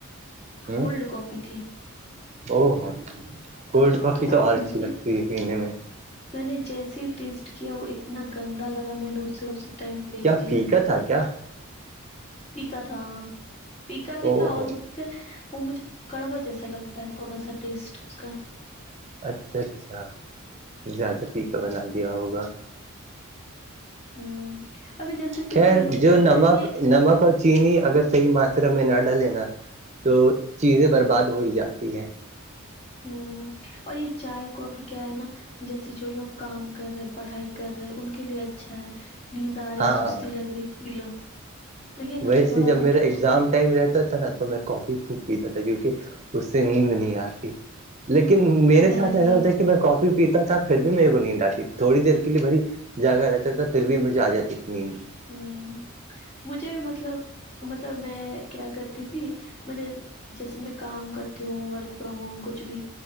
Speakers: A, on the right (about 30°); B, on the left (about 30°).
A: ہ
B: کولڈ کاپی تھی
A: او ہو کولڈ کافی
B: وہ
A: تو اور اچھی
B: مجھے
A: لگتی ہے پینے میں
B: میں نے جیسے ہی ٹیسٹ کیا وہ اتنا گندا لگا میں نے اسے اس ٹائم پھینک
A: کیا
B: دیا
A: فیکا تھا کیا
B: ٹھیکا تھا پیکا بھی
A: او
B: تھا اور
A: ہو
B: ا سے وہ مجھے کڑوا جیسا لگتا ہے تھوڑا سا ٹیسٹ اس کا
A: اچھا اچھا زیادہ پیکا بنا دیا ہوگا
B: ہوں ابھی جیسے
A: خیر
B: کتنے لوگ
A: جو
B: کیا
A: نمک
B: یہ
A: نمک اور چینی اگر صحیح ماترا میں نہ ڈالےینا تو چیزیں برباد ہو ہی جاتی ہے
B: ہوں اور یہ چائے کافی کیا ہے نا جیسے جو لوگ کام کر رہے پڑھائی کر رہے ان کے لیے اچھا ہے نیند آ رہی
A: ہاں
B: سستی لگ رہی پی لو تو یہ نا
A: ویسے
B: تھوڑا
A: ہی جب
B: مطلب
A: میرا ایگزام ٹائم رہتا تھا نا تو میں کافی خوب پیتا تھا کیونکہ اس سے نیند نہیں آتی لیکن میرے
B: میں
A: ساتھ
B: بھی
A: ایسا ہوتا ہے کہ میں کافی پیتا تھا پھر بھی میںیرے کو نیند آتی تھوڑی دیر کے لیے بھری جاگا رہتا تھا پھر بھی مجھے آ جاتی ا نیند
B: ہوں مجھے بھی مطلب مطلب میں کیا کرتی تھی میں جیسے میں کام کرتی ہوں ورک فرام ہوم کچھ بھی